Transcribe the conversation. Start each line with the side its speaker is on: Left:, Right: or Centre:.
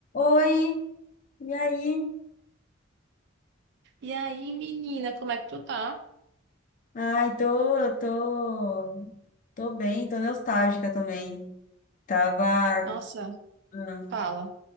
Left: Oi, e aí?
Right: E aí, menina, como é que tu tá?
Left: Ai, tô, tô, tô bem, tô nostálgica também. Tava,
Right: Nossa,
Left: ah,
Right: fala.